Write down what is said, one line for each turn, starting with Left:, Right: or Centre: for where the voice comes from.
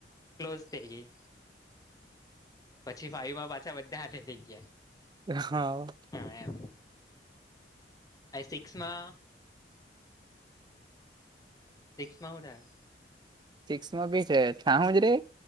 Left: ક્લોઝ થઈ ગઈ. પછી ફાઈમાં પાછા બધા હાથે થઇ ગયા.
Right: હા.
Left: એમ. અને સિક્સમાં સિક્સ માં હુ થયું?
Right: સિક્સમાં બી <unintelligible> હાથે